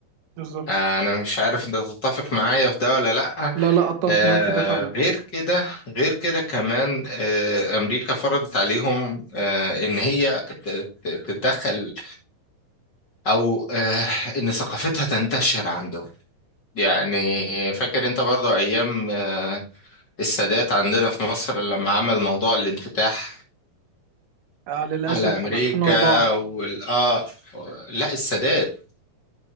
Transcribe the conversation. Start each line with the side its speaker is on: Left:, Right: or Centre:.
Right: بالظبط
Left: آه، انا مش عارف انت تتفق معايا في ده ولا لا
Right: لا لا اتفق
Left: آه
Right: معاك في ده فعلا
Left: غير كده غير كده كمان آه امريكا فرضت عليهم آه ان هي ت- ت- تتدخل او آه ان ثقافتها تنتشر عندهم يعني فاكر انت برضو ايام آه السادات عندنا في مصر لما عمل موضوع الانفتاح
Right: آه للاسف
Left: على امريكا
Right: انا 2004
Left: والاه لا السادات